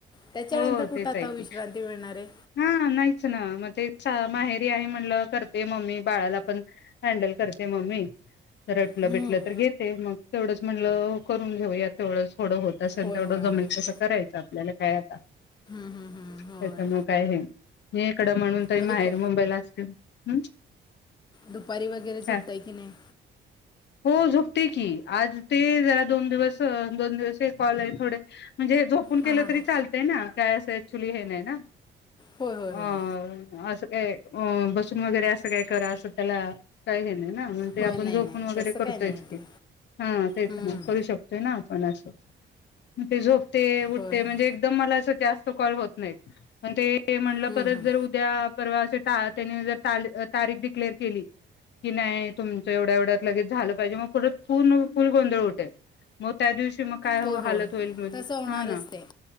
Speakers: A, on the left; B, on the left.
A: त्याच्यानंतर
B: हो
A: कुठं
B: तेच
A: आता
B: आहे की
A: विश्रांती मिळणारे.
B: हा नाहीयच ना म ते चा माहेरी आहे म्हणलं करते मम्मी बाळाला पण हॅडल करते मम्मी. तर रडलं
A: हम्म,
B: बिडलं तर घेते मग तेवढंच म्हणलं करून घेऊयात तेवढंच थोडं होत. तस तेवढं
A: होय होय
B: जम
A: हम्म,
B: करायच आपल्याला काय आता
A: हम्म, हम्म, होय
B: त्याच्यामुळे काय मी हे इकड म्हणून टर
A: मग
B: माहेर
A: दुप
B: मुंबईला असल्या, हम्म.
A: दुपारी वगैरे झोपताय
B: काय
A: की नाय?
B: <inaudible> हो झोपते की आज ते जरा दोन दिवस दोन दिवस कॉल आहे थोडे म्हणजे जोप फोन केल
A: हां हां
B: तरी
A: हां
B: चालतय ना. काय असं ऍक्च्युली हे नाही ना.
A: होय होय
B: अ
A: होय
B: अस काय अ बसून वगैरे अस काय करा, अस त्याला काही हे नाही ना. ते
A: होय
B: आपण
A: नाही
B: झोपून
A: नाही
B: वगैरे
A: तसं
B: करतोयच
A: काय नाही
B: की.
A: ते
B: हा तेच
A: हम्म,
B: ना करू शकतो. करतोयना आपण अस. ते झोपते उठते
A: होय होय
B: म्हणजे एकदम मला अस जास्त कॉल होत नाहीत. पण ते म्हणल
A: हम्म,
B: परत
A: हम्म.
B: जर उद्या, परवा अशी ता त्यांनी जर तारीख डिक्लेअर केली की नाही तुमच एवढ्या एवढ्यात लगेच झाल पाहिजे. मग परत पूर्ण फुल गोंधळ उठेल. मग त्या दिवशी मग काय
A: होय
B: हालत
A: होय
B: होईल म्हणे.
A: तसं होणारच
B: हा ना
A: ते